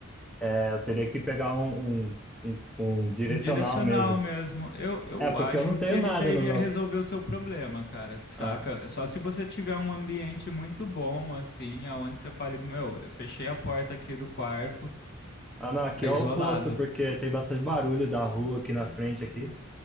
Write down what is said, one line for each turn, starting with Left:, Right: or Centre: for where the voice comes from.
Centre: É, eu teria que pegar um, um, um, um direcional
Left: Um direcional
Centre: mesmo.
Left: mesmo. Eu, eu
Centre: É, porque
Left: acho
Centre: eu não tenho
Left: que ele
Centre: nada
Left: já iria
Centre: no meu.
Left: resolver o seu problema, cara, saca?
Centre: Ah,
Left: Só se você tiver um ambiente muito bom, assim, aonde você fale, meu, eu fechei a porta aqui do quarto,
Centre: ah, não, aqui
Left: tá
Centre: é
Left: isolado.
Centre: o oposto, porque tem bastante barulho da rua aqui na frente aqui.